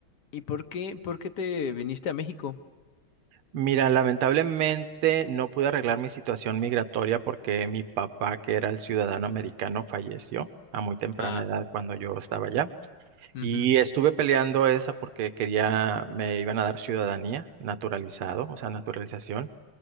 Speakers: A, on the left; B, on the right.
A: ¿Y por qué, por qué te viniste a México?
B: Mira, lamentablemente no pude arreglar mi situación migratoria porque mi papá, que era el ciudadano americano, falleció a muy temprana
A: Ah,
B: edad cuando yo estaba allá.
A: mhm
B: Y estuve peleando esa porque quería, me iban a dar ciudadanía, naturalizado, o sea, naturalización.